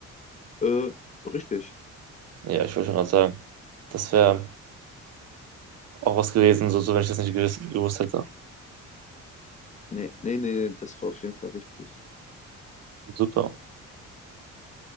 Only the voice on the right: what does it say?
Ja, ich wollte schon gerade sagen. Das wäre auch was gewesen, so, so wenn ich das nicht gewiss, gewusst hätte.
Super.